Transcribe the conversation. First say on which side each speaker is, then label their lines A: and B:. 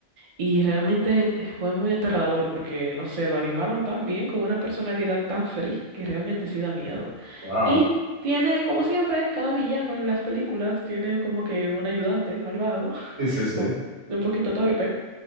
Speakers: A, on the right; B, on the right.
A: Y realmente eh, fue muy aterrador porque, no sé, lo animaron tan bien con una personalidad tan fría que realmente sí da miedo.
B: Wow.
A: Y tiene, como siempre, cada villano en las películas tiene como que un ayudante malvado,
B: Sí,
A: <laughs>
B: sí, sí.
A: o un poquito torpe.